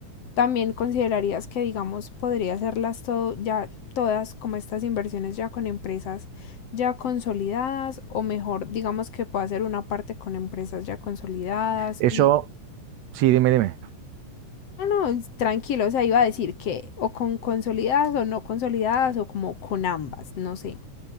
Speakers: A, on the left (about 60°); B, on the right (about 70°).
A: también considerarías que, digamos, podría hacerlas todo, ya todas como estas inversiones ya con empresas ya consolidadas o mejor, digamos que puedo hacer una parte con empresas ya consolidadas
B: Eso,
A: y...
B: sí, dime, dime.
A: No, no, es- tranquilo, o sea, iba a decir que o con consolidadas o no consolidadas o como con ambas, no sé.